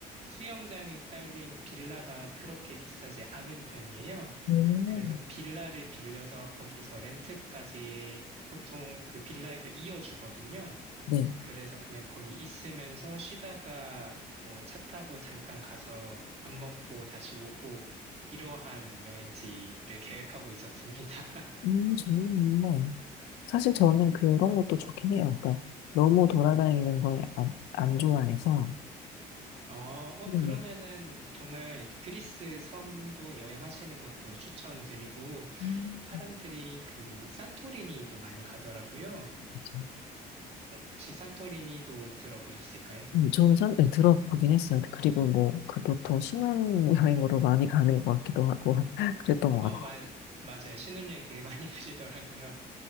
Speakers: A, on the right; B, on the left.
A: 수영장이 딸린 빌라가 그렇게 비싸지 않은 편이에요.
B: 음.
A: 그래서 빌라를 빌려서 거기서 렌트까지 보통 그 빌라에서 이어주거든요.
B: 네.
A: 그래서 그냥 거기 있으면서 쉬다가 뭐 차 타고 잠깐 가서 밥 먹고 다시 오고 이러한 여행지를 계획하고 있었습니다. <laughs>
B: 음, 저는 뭐, 사실 저는 그런 것도 좋긴 해요. 그러니까 너무 돌아다니는 걸 안, 안 좋아해서.
A: 어, 어,
B: 네네.
A: 그러면은 정말 그리스 섬도 여행하시는 것도 추천드리고,
B: 음.
A: 사람들이 그 산토리니도 많이 가더라고요.
B: 맞아요.
A: 어, 혹시 산토리니도 들어보셨을까요?
B: 음, 저는 상, 네, 들어보긴 했어요. 그리고 뭐, 그것도 신혼여행으로 많이 가는 것 같기도 하고, <laughs> 그랬던 것
A: 어,
B: 같아요.
A: 말, 맞아요. 신혼여행 되게 많이 <laughs> 가시더라고요.